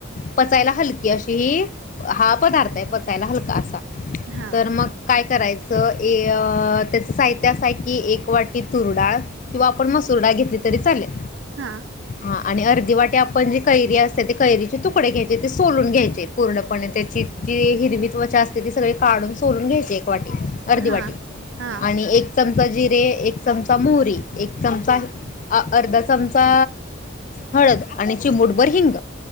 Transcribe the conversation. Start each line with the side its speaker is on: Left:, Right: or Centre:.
Left: पचायला हलकी अशी ही हा पदार्थ आहे. पचायला हलका असा.
Right: हा
Left: तर मग काय? करायचं ए अ अ त्याचा साहित्य असं आहे की एक वाटी तुरडाळ किंवा आपण मसुरडाळ घेतली तरी चालेल.
Right: हां.
Left: हा आणि अर्धी वाटी आपण जी कैरी असते ते कैरीचे तुकडे घ्यायचे ते सोलून घ्यायचे पूर्णपणे त्याची जी हिरवी त्वचा असते ती सगळी काढून सोलून घ्यायचीय. वाटी अर्धी
Right: हा
Left: वाटी
Right: हा
Left: आणि एक च चमचा जिरे, एक चमचा मोहरी, एक चमचा अर्धा चमचा हळद आणि चिमुूटभर हिंग